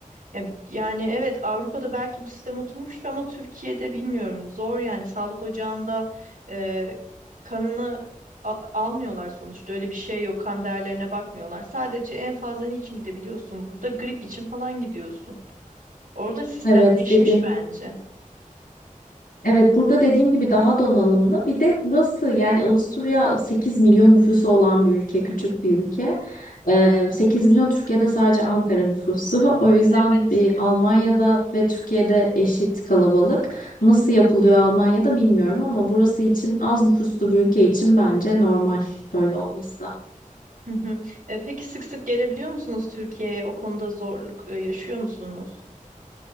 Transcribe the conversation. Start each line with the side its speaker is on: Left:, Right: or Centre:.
Right: Ya, yani evet Avrupa'da belki bu sistem oturmuştur ama Türkiye'de bilmiyorum. Zor yani sağlık ocağında e, kanını a- almıyorlar sonuçta. Öyle bir şey yok. Kan değerlerine bakmıyorlar. Sadece en fazla niçin gidebiliyorsun burada? Grip için falan gidiyorsun. Orada sistemleşmiş
Left: Evet dedim.
Right: bence.
Left: Evet burada dediğim gibi daha donanımlı. Bir de burası yani Avusturya 8 milyon nüfusu olan bir ülke, küçük bir ülke. Ee, 8 milyon Türkiye'de sadece Ankara nüfusu. <laughs> O yüzden
Right: Evet.
Left: bir Almanya'da ve Türkiye'de eşit kalabalık. Nasıl yapılıyor Almanya'da bilmiyorum ama burası için az nüfuslu bir ülke için bence normal böyle olması.
Right: Hı hı. E, peki sık sık gelebiliyor musunuz Türkiye'ye? O konuda zorluk e, yaşıyor musunuz?